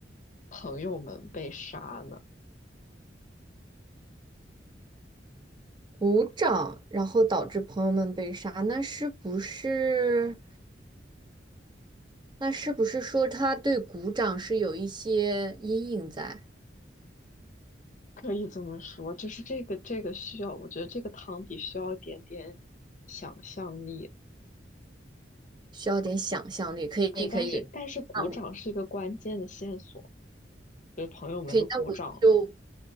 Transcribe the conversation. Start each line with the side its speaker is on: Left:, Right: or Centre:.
Left: 朋友们被杀呢？
Right: 鼓掌，然后导致朋友们被杀，那是不是？那是不是说他对鼓掌是有一些阴影在，
Left: 可以这么说，就是这个这个需要，我觉得这个汤底需要一点点想象力。
Right: 需要点想象力？可以，
Left: 对，但是但是鼓掌是一个关键的线索，
Right: 可以。啊，
Left: 就是朋友们都鼓掌了，
Right: 那我就